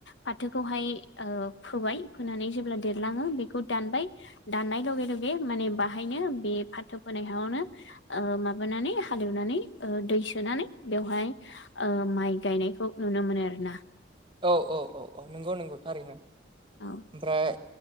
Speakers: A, on the left; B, on the right.
A: फाथोखौहाय फोबाय फोनानै जेब्ला देरलाङो बेखौ दानबाय। दाननाय लगे लगे माने बाहायनो बे फाथो फोनाय हायावनो ओ माबानानै हालेवनानै ओ दै सोनानै बेवहाय ओ माइ गायनायखौ नुनो मोनो आरो ना।
B: औ औ औ औ नंगौ नंगौ थारैनो।
A: औ
B: ओमफ्राय